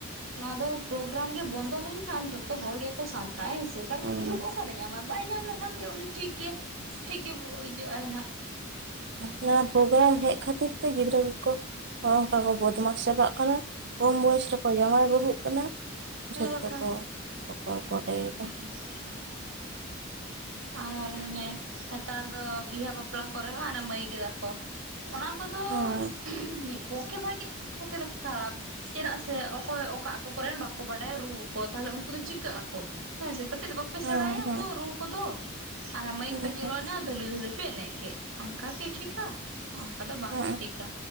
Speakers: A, on the right; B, on the right.
A: ᱚᱱᱟ ᱫᱚ ᱯᱨᱳᱜᱨᱟᱢ ᱜᱮ ᱵᱚᱱᱫᱚ ᱞᱮᱱᱠᱷᱟᱱ ᱡᱷᱚ ᱛᱚ ᱦᱚᱲ ᱜᱮᱠᱚ ᱥᱟᱢᱴᱟᱜ-ᱟ ᱦᱮᱸ ᱥᱮ, ᱠᱟᱨᱚᱱ
B: ᱦᱩᱸ
A: ᱯᱩᱡᱟᱹ ᱠᱚ ᱚᱠᱟᱨᱮ ᱧᱟᱢᱟ ᱵᱟᱭ ᱧᱟᱢ ᱞᱮᱠᱷᱟᱱ ᱜᱮ ᱩᱱᱤ ᱴᱷᱤᱠ ᱜᱮ, ᱴᱷᱤᱠ ᱜᱮ ᱵᱩ ᱤᱭᱟᱹᱜ-ᱟᱭ ᱱᱟᱜ᱾
B: ᱱᱚᱣᱟ ᱯᱨᱳᱜᱨᱟᱢ ᱦᱮᱡ ᱠᱷᱟᱹᱛᱤᱨ ᱛᱮ ᱜᱤᱫᱽᱨᱟᱹ ᱠᱚ ᱠᱚ ᱱᱚᱜ-ᱚᱭ ᱱᱚᱝᱠᱟ
A: ᱦᱩᱸ
B: ᱠᱚ ᱵᱚᱫᱢᱟᱥ ᱪᱟᱵᱟᱜ ᱠᱟᱱᱟ, ᱠᱚᱢ
A: ᱦᱳᱭ
B: ᱵᱚᱭᱚᱥ ᱨᱮᱠᱚ ᱡᱟᱶᱟᱭ ᱵᱟᱹᱦᱩᱜ ᱠᱟᱱᱟ᱾
A: ᱦᱮᱸ
B: ᱡᱷᱚᱛᱚ
A: ᱵᱟᱠᱷᱟᱱ
B: ᱠᱚ ᱵᱚᱠᱚᱞ ᱵᱚᱰᱮᱭᱮᱫᱟ᱾
A: ᱦᱩᱸ ᱟᱨ ᱦᱟᱱᱮ ᱱᱮᱛᱟᱨ ᱫᱚ ᱵᱤᱦᱟ ᱵᱟᱯᱞᱟ ᱠᱚᱨᱮ ᱦᱚᱸ ᱦᱟᱱᱮ ᱢᱟᱹᱭᱤᱠ ᱫᱟ ᱠᱚ᱾ ᱚᱱᱟ ᱠᱚᱫᱚ
B: ᱦᱮᱸ
A: ᱢᱤᱫ ᱯᱚᱠᱠᱷᱮ ᱵᱷᱟᱜᱮ ᱢᱤᱫ ᱯᱚᱠᱠᱷᱮ ᱫᱚ ᱠᱷᱟᱨᱟᱯ᱾ ᱪᱮᱫᱟᱜ ᱥᱮ ᱚᱠᱚᱭ ᱚᱠᱟ ᱟᱛᱳ ᱠᱚᱨᱮᱱ ᱵᱟᱠᱚ ᱵᱟᱰᱟᱭᱟ ᱨᱩ ᱠᱚ ᱛᱟᱦᱞᱮ ᱩᱱᱠᱩ ᱫᱚ ᱪᱤᱠᱟᱹᱜ-ᱟ ᱠᱚ᱾ ᱦᱮᱸ ᱥᱮ ᱠᱟᱹᱴᱤᱡ ᱫᱚ ᱵᱟᱯᱮ
B: ᱦᱮᱸ
A: ᱥᱮᱬᱟᱭᱟ
B: ᱦᱮᱸ
A: ᱟᱫᱚ ᱨᱩ ᱠᱚᱫᱚ ᱟᱨ ᱢᱟᱹᱭᱤᱠ
B: ᱦᱮᱸ
A: ᱯᱮ ᱪᱤᱞᱚᱱᱟ ᱫᱷᱟᱹᱞᱩᱭ ᱫᱷᱟᱹᱞᱩᱭ ᱯᱮ ᱮᱱᱮᱡ ᱠᱮᱫ ᱚᱱᱠᱟ ᱠᱤ ᱴᱷᱤᱠᱟ ᱚᱱᱠᱟ ᱫᱚ ᱵᱟᱝ
B: ᱦᱮᱸ
A: ᱴᱷᱤᱠᱟ᱾